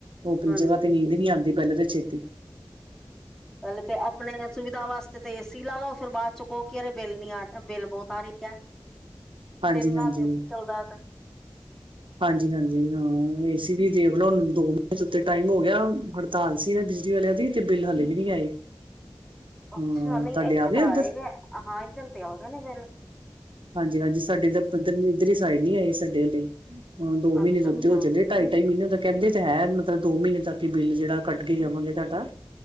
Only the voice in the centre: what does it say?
ਹਾਂਜੀ
ਪਹਿਲੇ ਤੇ ਆਪਣੇ ਸੁਵਿਧਾ ਵਾਸਤੇ ਕਿਤੇ ਤੇ ਏਸੀ ਲਾ ਲਓ ਫਿਰ ਬਾਅਦ ਚ ਕਹੋ ਕੇ ਰੇ ਬਿੱਲ ਨੀ ਆ ਬਿੱਲ ਬਹੁਤ ਆ ਰਹੀ ਹੈ।
ਦਿਨ ਰਾਤ
ਏਸੀ ਚੱਲਦਾ ਤਾਂ
ਅੱਛਾ ਨਹੀਂ
ਇੱਥੇ
ਤਾਂ
ਆਏ ਗਏ ਹਾਂ ਇੱਧਰ ਤੇ ਆ ਗਏ ਨੇ ਬਿਲ
ਅੱਛਾ
ਅੱਛਾ